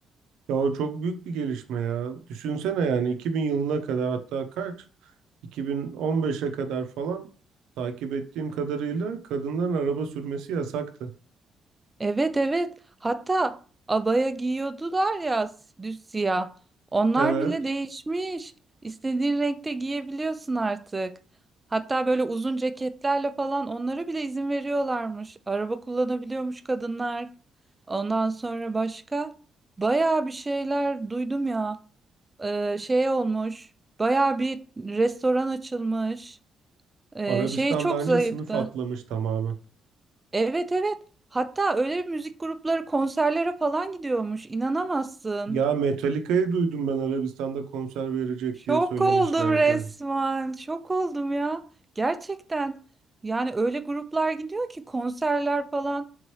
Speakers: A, on the right; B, on the right.
A: Ya o çok büyük bir gelişme ya. Düşünsene yani 2000 yılına kadar hatta kaç? 2015'e kadar falan takip ettiğim kadarıyla kadınların araba sürmesi yasaktı.
B: Evet evet. Hatta abaya giyiyordular ya s- düz siyah. Onlar
A: Evet,
B: bile değişmiş. İstediğin renkte giyebiliyorsun artık. Hatta böyle uzun ceketlerle falan onlara bile izin veriyorlarmış. Araba kullanabiliyormuş kadınlar. Ondan sonra başka bayağı bir şeyler duydum ya. e, şey olmuş. Baya bir restoran açılmış. E,
A: Arabistan
B: şey çok
A: bence
B: zayıftı.
A: sınıf atlamış tamamen.
B: Evet evet. Hatta öyle müzik grupları konserlere falan gidiyormuş. İnanamazsın.
A: Ya Metallica'yı duydum ben Arabistan'da konser verecek
B: Şok
A: diye söylemişlerdi.
B: oldum resmen. Şok oldum ya. Gerçekten. Yani öyle gruplar gidiyor ki konserler falan.